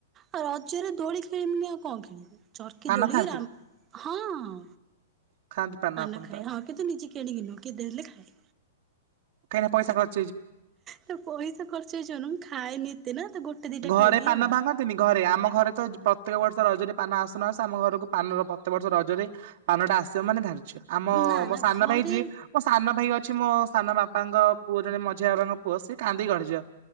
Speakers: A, on the right; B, on the right.
A: ଆଉ ରଜରେ ଦୋଳି ଖେଳିମନି ଆଉ କଣ ଖେ। <inaudible> ଚର୍କି
B: ପାନ
A: ଦୋଳି
B: ଖାଆନ୍ତି
A: ହଁ।
B: ଖାଆନ୍ତି
A: ପାନ
B: ଆପଣ
A: ଖାଇ
B: ତାହେଲେ
A: ହଁ କିନ୍ତୁ ନିଜେ କିଣିକି ନୁହେଁ। କିଏ ଦେଲେ ଖାଏ।
B: କାଇନା ପଇସା ଖଚ
A: ତ ପଇସା ଖର୍ଚ୍ଚ ହେଇ ଖାଏ ନିତି ନା ତ ଗୋଟେ ଦିଟା
B: ଘରେ
A: ଖାଇଦିଏ
B: ପାନ
A: ଆଉ।
B: ଭାଙ୍ଗନ୍ତିନି ଘରେ ଆମ ଘରେ ତ ପ୍ରତ୍ୟକ ବର୍ଷ ରଜରେ ପାନ ଆସୁନା ଆସ ଆମ ଘରକୁ ପାନର ପ କେତେ ବର୍ଷ ରଜରେ ପାନଟା ଆସି ସେମାନେ ଧାର ଆମ
A: ନା ନା
B: ମୋ ସାନ
A: ଘରେ
B: ଭାଇ ଯିଏ ମୋ ସାନ ଭାଇ ଅଛି ମୋ ସାନ ବାପାଙ୍କ ପୁଅ ଜଣେ ମଝିଆ ବାବାଙ୍କ ପୁଅ ସିଏ କାନ୍ଦି ଗଢିଯିବ